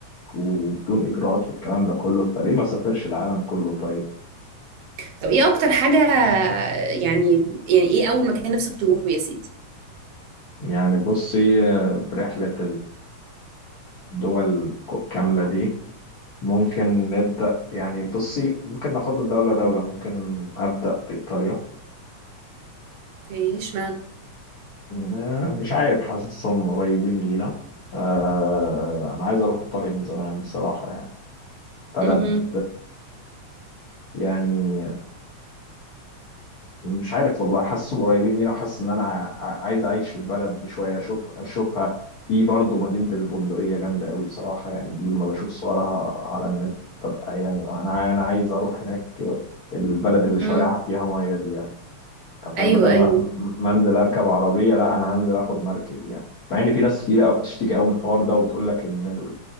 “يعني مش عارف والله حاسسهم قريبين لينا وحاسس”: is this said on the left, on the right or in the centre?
Left